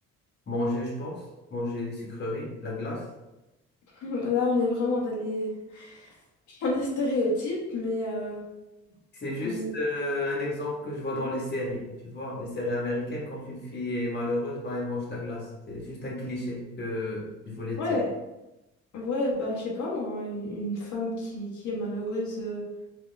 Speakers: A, on the left (about 35°); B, on the left (about 75°).
A: Manger, je pense. Manger des sucreries, la glace.
B: Là, on est vraiment dans les, <laughs> dans les stéréotypes, mais, euh,
A: C'est juste
B: mais
A: euh, un exemple que je vois dans les séries. Tu vois, les séries américaines, quand une fille est malheureuse, ben, elle mange de la glace. C'est juste un cliché que je voulais dire.
B: ouais, ouais, bah, je sais pas, moi, une une femme qui, qui est malheureuse euh,